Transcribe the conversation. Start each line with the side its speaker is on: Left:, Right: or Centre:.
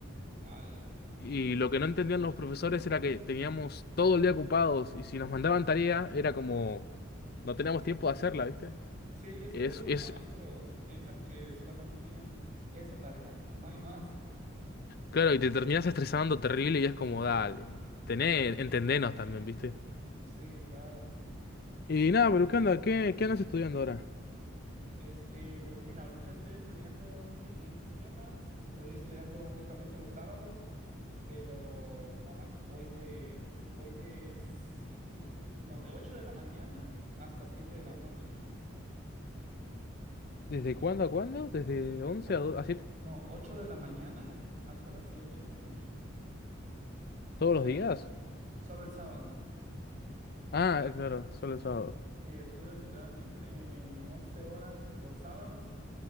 Right: ala.
Left: Y lo que no entendían los profesores era que teníamos todo el día ocupados, y si nos mandaban tarea, era como no teníamos tiempo de hacerla, ¿viste?
Right: Sí, es
Left: Es,
Right: que luego los
Left: es,
Right: maestros piensan que solamente tienen esa tarea, no hay más.
Left: claro, y te terminas estresando terrible y es como, dale, tené, entendenos también, ¿viste?
Right: Sí, claro,
Left: Y
Right: porque
Left: nada, pero ¿qué onda? ¿Qué, qué andas estudiando ahora?
Right: este, pues mira, ahorita estoy estudiando una ingeniería en sistemas, estoy estudiando únicamente los sábados, pero no manches, voy de voy de siete, siete- no, de 8 de la mañana hasta 7 de la noche.
Left: ¿Desde
Right: O sea,
Left: cuándo a cuándo? ¿Desde 11
Right: o-
Left: a, do a siete
Right: no, 8 de la mañana hasta las 7 de la noche.
Left: ¿Todos
Right: O sea,
Left: los días?
Right: es solo el sábado.
Left: Ah, claro, solo el sábado.
Right: Sí, estudio literalmente 11 horas los sábados